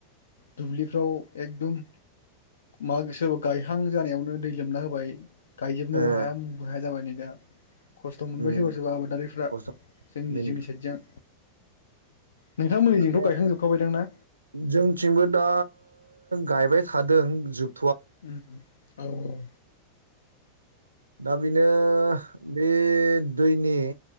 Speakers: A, on the left (about 65°); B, on the right (about 80°).
A: दुब्लिफ्राव एकदम। मा गोसोरबा गायहां जानायावनो दै लोमना होबाय। गायजोबनोबो
B: ए
A: हाया मुमबो हाया जाबाय नै दा खस्थ मोनबाय
B: उम
A: सोरबा सोरबा आबादारिफ्रा
B: खस्थ'
A: जोंनि
B: बेनो
A: जिंनि साइडजों। नोंथांमोननिजोंथ'
B: <unintelligible>
A: गायखांजोबखाबायदां ना
B: जोंथिंबो दा। गायबाय थादों जोब
A: उम औ औ।
B: दा बेनो बे दैनि